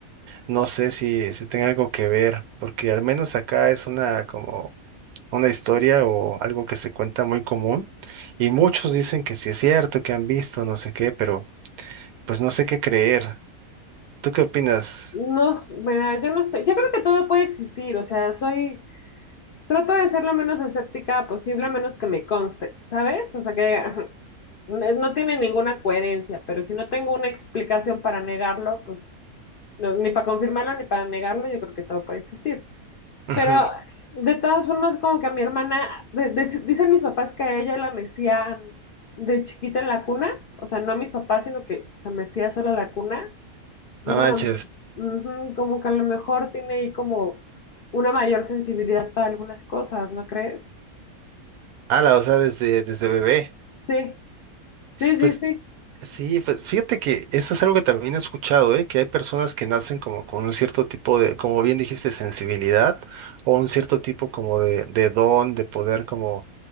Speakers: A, on the right (about 80°); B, on the left (about 85°).
A: No sé si, si tenga algo que ver, porque al menos acá es una como una historia o algo que se cuenta muy común y muchos dicen que sí es cierto, que han visto, no sé qué, pero pues no sé qué creer. ¿Tú qué opinas?
B: No, s- mira, yo no sé. Yo creo que todo puede existir, o sea, soy Trato de ser lo menos escéptica posible, a menos que me conste, ¿sabes? O sea que diga, <laughs> no no tiene ninguna coherencia, pero si no tengo una explicación para negarlo, pues no- ni para confirmarlo ni para negarlo, yo creo que todo puede existir.
A: Ujú,
B: Pero de todas formas, como que a mi hermana, de- de- dicen mis papás que a ella la mecían de chiquita en la cuna, o sea, no a mis papás, sino que se mecía sola la cuna. Entonces,
A: No manches.
B: a lo- ujú, como que a lo mejor tiene ahí como una mayor sensibilidad para algunas cosas, ¿no crees?
A: Ala, o sea, desde, desde bebé.
B: Sí, sí, sí,
A: Pues
B: sí.
A: sí, pues fíjate que eso es algo que también he escuchado, ¿eh? Que hay personas que nacen como con un cierto tipo de, como bien dijiste, sensibilidad o un cierto tipo como de, de don, de poder como